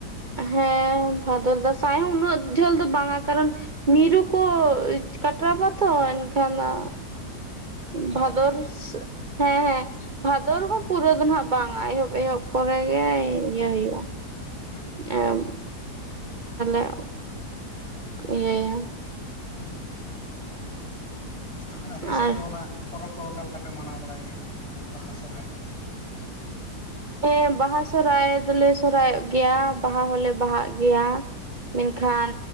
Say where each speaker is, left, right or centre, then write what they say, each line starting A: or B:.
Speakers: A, on the right; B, on the left.
A: ᱦᱮᱸ ᱵᱷᱟᱫᱚᱨ ᱫᱟᱸᱥᱟᱭ ᱦᱚᱸ ᱩᱱᱟᱹᱜ ᱡᱷᱟᱹᱞ ᱫᱚ ᱵᱟᱝᱟ ᱠᱟᱨᱚᱱ ᱢᱤᱨᱩ ᱠᱚ ᱠᱟᱴᱨᱟᱵᱟᱛᱷᱚᱱ ᱮᱱᱠᱷᱟᱱᱟ
B: ᱞᱟᱦᱟ
A: ᱵᱷᱟᱫᱚᱨ
B: ᱨᱮᱜᱮ ᱯᱮ
A: ᱥᱟᱹᱜ ᱦᱮᱸ ᱦᱮᱸ ᱵᱷᱟᱫᱚᱨ ᱦᱚᱸ ᱯᱩᱨᱟᱹ ᱫᱚ ᱱᱦᱟᱜ ᱵᱟᱝᱟ ᱮᱦᱚᱵ ᱮᱦᱚᱵ ᱯᱚᱨᱮ ᱜᱮ ᱤᱭᱟᱹ ᱦᱩᱭᱩᱜᱼᱟ᱾
B: ᱦᱩᱸ
A: ᱮᱸᱢ ᱮᱸᱞᱮ ᱤᱭᱟᱹᱭᱟ
B: ᱦᱩᱸ <unintelligible> ᱟᱨ ᱟᱯᱮ ᱥᱮᱫ
A: ᱟᱨ
B: ᱫᱚ ᱚᱱᱟ ᱯᱚᱨᱚᱵᱽ ᱠᱚ ᱚᱠᱟ ᱞᱮᱠᱟᱯᱮ ᱢᱟᱱᱟᱣ ᱵᱟᱲᱟᱭ ᱜᱮᱭᱟ ᱚᱱᱟ ᱵᱟᱦᱟ ᱥᱚᱦᱨᱟᱭ ᱠᱚ
A: ᱦᱮᱸ ᱵᱟᱦᱟ ᱥᱚᱦᱨᱟᱭ ᱫᱚᱞᱮ ᱥᱚᱨᱦᱟᱭᱚᱜ ᱜᱮᱭᱟ ᱵᱟᱦᱟ ᱦᱚᱸᱞᱮ ᱵᱟᱦᱟᱜ ᱜᱮᱭᱟ ᱢᱮᱱᱠᱷᱟᱱ